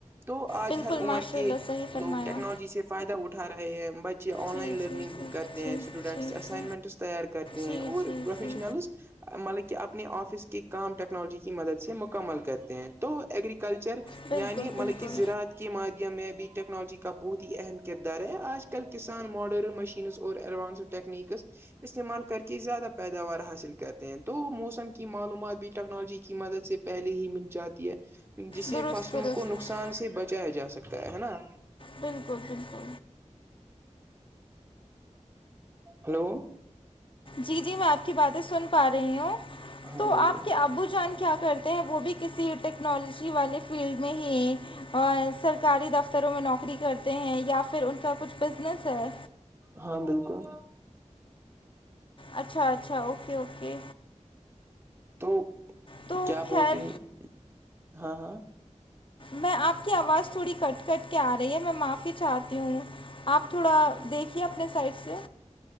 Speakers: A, on the right (about 20°); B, on the left (about 45°).
A: تو آج
B: بالکل
A: ہر عمر
B: ماشاء
A: کے
B: اللہ صحیح فرمایا
A: لوگ ٹیکنالوجی ج سے فائدہ اٹھاے ہیں بچے آن
B: جی
A: لائن لرننگ
B: جی جی
A: کرتے
B: جی
A: ہیں اسٹوڈینٹس
B: جی
A: اسائنمنٹس
B: جی
A: تیار کرتے
B: جی
A: ہیں اور
B: جی
A: پروفیشنلز
B: جی
A: مطلب کہ اپنے آفس کے کام ٹیکنالوجی کی مدد سے مکمل کرتے ہیں تو ایگریکلچر
B: بالکل
A: یعنی مطلب
B: بالکل
A: کہ زرعت کی مادیم میں بھی ٹیکنالوجی کا بہت ہی اہم کردار ہے آج کل کسان ماڈرن مشینس اور ایڈوانسڈ ٹیکنیکس استعمال کر کے زیادہ پیداوار حاصل کرتے ہیں تو موسم کی معلومات بھی ٹیکنالوجی کی مدد سے پہلے ہی مل جاتی ہے جسے
B: درست
A: فصلوں
B: درست
A: کو نقصان سے بچایا جا سکتا ہے نا
B: بالکل بالکل
A: ہلو
B: جی جی میں آپ کی باتیں سن پا رہی ہوں
A: ہاں
B: تو
A: بولیے
B: آپ کے ابو جان کیا کر وہ بھی کسی ٹیکنالوجی والے فیلڈ میں ہی اور سرکاری دفتروں میں نوکری کرتے ہیں یا پھر ان کا کچھ بزنس ہے
A: ہاں بالکل
B: اچھا اچھا اوکے اوکے
A: تو
B: تو
A: کیا
B: خیر
A: بول رہی ہیں ہاں ہاں
B: میں آپ کی آواز تھوڑی کٹ کٹ کے آ رہی ہے میں معافی چاہتی ہوں آپ تھوڑا دیکھیے اپنے سائٹ سے